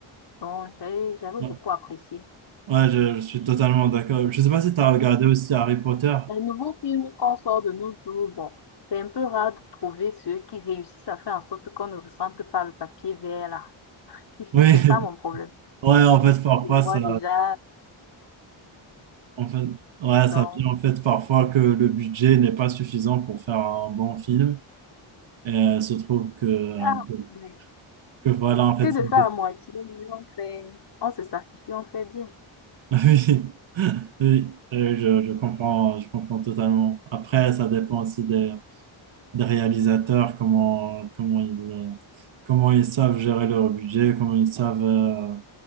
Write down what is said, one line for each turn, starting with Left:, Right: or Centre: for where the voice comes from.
Left: Donc, j'avais j'avais
Right: Ouais,
Left: beaucoup apprécié.
Right: Ouais, je, je suis totalement d'accord. Je sais pas si tu as regardé aussi Harry Potter.
Left: Les nouveaux films qu'on sort de nos jours, bon, c'est un peu rare de trouver ceux qui réussissent à faire en sorte qu'on ne ressente pas le papier vert là. <laughs>
Right: Oui,
Left: C'est
Right: <laughs>
Left: ça mon problème.
Right: ouais, en fait, parfois,
Left: Je vois
Right: ça,
Left: déjà.
Right: en fait, ouais, ça
Left: Donc,
Right: vient en fait parfois que le budget n'est pas suffisant pour faire un bon film. Et Euh, se trouve que,
Left: ah.
Right: que,
Left: ouais.
Right: que voilà, en fait,
Left: que de faire à
Right: <laughs>
Left: moitié. mais On fait, on se sacrifie, on fait bien.
Right: oui, oui, euh, je, je comprends, je comprends totalement. Après, ça dépend aussi des, des réalisateurs, comment, comment ils, euh, comment ils savent gérer leur budget, comment ils savent, euh,